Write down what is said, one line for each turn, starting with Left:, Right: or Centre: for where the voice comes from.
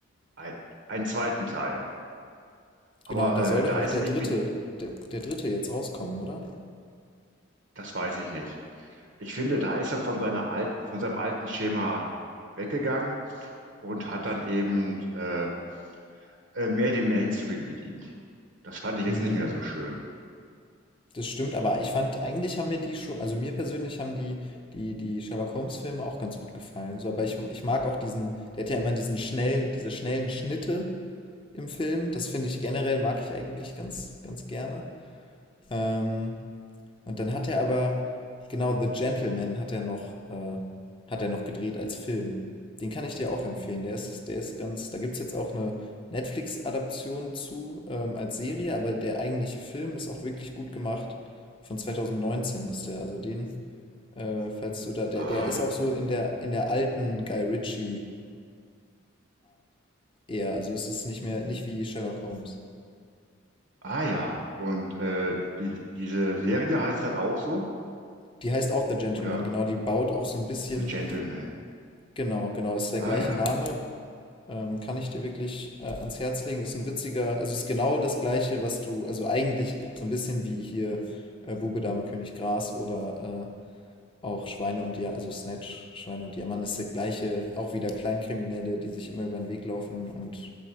Right: ein, einen zweiten Teil. Aber
Left: Genau, und da
Right: äh,
Left: soll
Right: da
Left: doch auch
Right: ist
Left: der
Right: er
Left: dritte,
Right: irgendwie,
Left: der, der dritte jetzt rauskommen, oder?
Right: das weiß ich nicht. Ich finde, da ist er von seiner alten, von seinem alten Schema weggegangen und hat dann eben äh, äh, mehr den Mainstream bedient. Das fand ich jetzt
Left: Mhm.
Right: nicht mehr so schön.
Left: Das stimmt, aber ich fand, eigentlich haben mir die schon, also mir persönlich haben die, die, die Sherlock Holmes-Filme auch ganz gut gefallen. So, aber ich, ich mag auch diesen, der hat ja immer diesen schnellen, diese schnellen Schnitte im Film. Das finde ich generell, mag ich eigentlich ganz, ganz gerne. Ähm, und dann hat er aber, genau, The Gentleman hat er noch, äh, hat er noch gedreht als Film. Den kann ich dir auch empfehlen. Der ist, der ist ganz, da gibt es jetzt auch eine Netflix-Adaption zu ähm, als Serie, aber der eigentliche Film ist auch wirklich gut gemacht. Von 2019 ist der. Also den, äh, falls du da, der,
Right: Ah,
Left: der ist auch so in der, in der alten Guy Ritchie-Art eher. Also es ist nicht mehr, nicht wie Sherlock Holmes.
Right: ah ja. Und äh, die, diese Serie heißt dann auch so?
Left: Die heißt auch The Gentleman,
Right: Oder
Left: genau. Die baut auch so ein bisschen,
Right: The Gentleman?
Left: genau, genau, ist der
Right: Ah
Left: gleiche
Right: ja.
Left: Name. Ähm, kann ich dir wirklich äh, ans Herz legen. Ist ein witziger, also ist genau das Gleiche, was du, also eigentlich so ein bisschen wie hier äh, Bube, Dame, König, Gras oder äh, auch Schweine und Diamant, also Snatch, Schweine und Diamant ist der gleiche, auch wieder Kleinkriminelle, die sich immer über den Weg laufen und